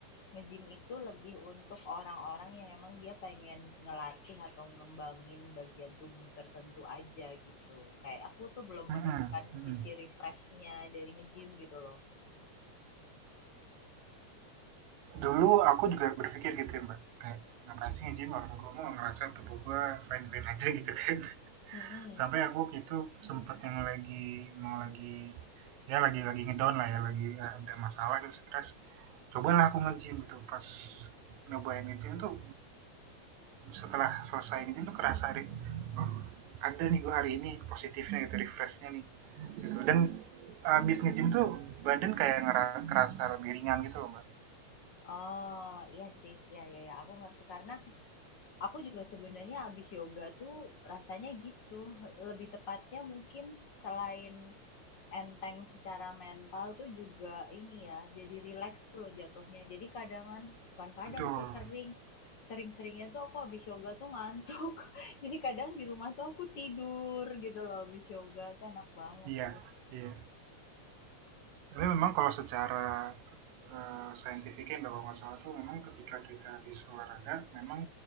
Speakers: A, on the left; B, on the right.
A: nge-gym itu lebih untuk orang-orang yang emang dia pengen ngelatih atau ngembangin bagian tubuh tertentu aja gitu. Kayak aku tuh belum
B: Hmm.
A: menemukan
B: mhm.
A: sisi refreshnya dari nge-gym gitu loh.
B: dulu aku juga berpikir gitu ya mbak kayak ngapain sih nge-gym orang gue mau ngerasa tubuh gue fine fine aja <laughs> gitu kan
A: Mm-mm.
B: sampai aku itu sempet yang lagi mau lagi ya lagi lagi ngedown lah ya lagi ada masalah gitu stres cobalah aku nge-gym gitu pas nyobain nge-gym tuh setelah selesai nge-gym tuh kerasa deh oh ada nih gue hari ini positifnya gitu refreshnya nih gitu dan abis nge-gym tuh badan kayak ngerasa lebih ringan gitu loh mbak
A: Oh, iya sih. Ya ya ya, aku ngerti karena Aku juga sebenarnya abis yoga tuh rasanya gitu. Lebih tepatnya mungkin selain enteng secara mental tuh juga ini ya, jadi relax tuh loh jatuhnya. Jadi kadangan, bukan kadang
B: betul
A: sih sering, sering-seringnya tuh aku abis yoga tuh ngantuk. <laughs> Jadi kadang di rumah tuh aku tidur gitu loh abis yoga, kan enak banget
B: iya
A: tuh.
B: iya Tapi memang kalau secara, eee, saintifiknya kalau nggak salah tuh memang ketika kita habis olahraga, memang